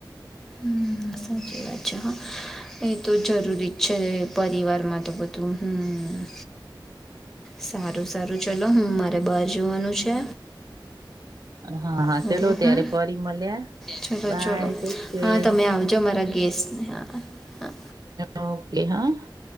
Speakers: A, in the centre; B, on the right.
A: હમ, સાચી વાત છે <unintelligible> એ તો જરૂરી જ છે, પરિવારમાં તો બધું હમ
B: <inaudible>
A: સારું સારું ચલો હું, મારે બાર જોવાનું છે
B: હા, હા
A: ખરું
B: ચલો ત્યારે
A: હમ
B: ફરી મળ્યા
A: ચલો
B: બાય
A: ચલો,
B: ટેક કેર
A: હા તમે આવજો મારા ગેસ્ટને હા, હા
B: ઓકે, હા